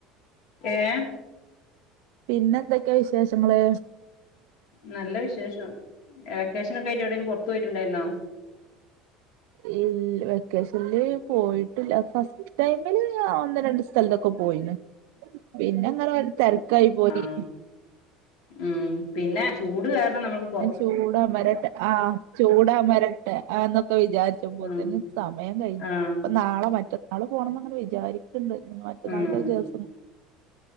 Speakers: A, on the left; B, on the right.
A: ഏഹ്
B: പിന്നെന്തൊക്കെയാ വിശേഷങ്ങള്
A: നല്ല വിശേഷം വക്കേഷനൊക്കെ ആയിട്ട് എവിടെങ്കിലും പോ പോയിട്ടുണ്ടായിരുന്നോ
B: ഇ വെക്കേഷനില് പോയിട്ടില്ല ഫസ്റ്റ് ടൈമില് ഒന്ന് രണ്ട് സ്ഥലത്തൊക്കെ പോയിന് പിന്നെ അങ്ങനെ തെര- ക്കായ് പോയി
A: ആഹ് ഉം പിന്നെ ചൂട് കാരണം നമ്മള്
B: ന്നെ ചൂടമരട്ടെ ആഹ് ചൂടമരട്ടെ ആന്നൊക്കെ വിചാരിച്ച പോത്തേന്
A: ഉം
B: സമയം കഴിഞ്ഞു
A: ആഹ്
B: ഇപ്പ നാളെ മറ്റന്നാള് പോണംന്നങ്ങനെ വിചാരിക്ക്- ഇണ്ട് മറ്റന്നാൾത്തെ
A: ഉം
B: ദിവസം